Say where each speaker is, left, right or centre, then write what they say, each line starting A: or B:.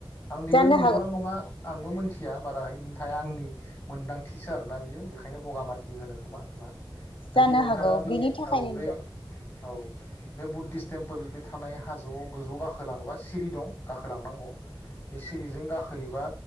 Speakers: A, on the left; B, on the left.
A: आं बेयो
B: जानो
A: नंगौना
B: हागौ
A: नंङा आंबो मोन थिया बाराहैयथाया आंनि मोनदांथिसो आरो नायजों बेखायनो बगामाथि होनो मा होनना जुदि
B: जानो
A: नोंथाङा
B: हागौ
A: बे
B: बिनि थाखायनो
A: औ
B: होनदों
A: बे औ बे बुद्धिस टेम्पोल बे थानाय गं गोजौ गाखोलाङोबा सिरि दं लांनांगौ बे सिरिजों गाखोयोबा